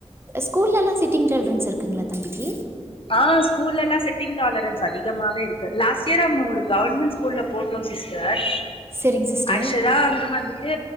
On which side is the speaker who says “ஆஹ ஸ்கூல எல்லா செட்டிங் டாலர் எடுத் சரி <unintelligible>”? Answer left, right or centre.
Left